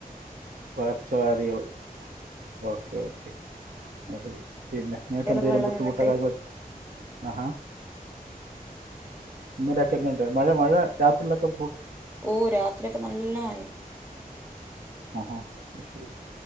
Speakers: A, on the right (about 70°); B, on the right (about 15°).
A: പകർച്ചവ്യാധികള് ഓക്കെ ഓക്കെ അയ്ശെരി പിന്നെ നിങക്ക്
B: തലക്ക്
A: എന്തേലും
B: വെള്ളം
A: ബുദ്ധിമുട്ടോ
B: നിന്നിട്ട്
A: കാര്യങ്ങളോ ആഹാ ഇന്നലെഒക്കെങ്ങനൊണ്ട് മഴ മഴ രാത്രീലൊക്കെ
B: ഓ രാത്രി ഒക്കെ നല്ല മഴയ്
A: ആഹാ അയ്ശെരി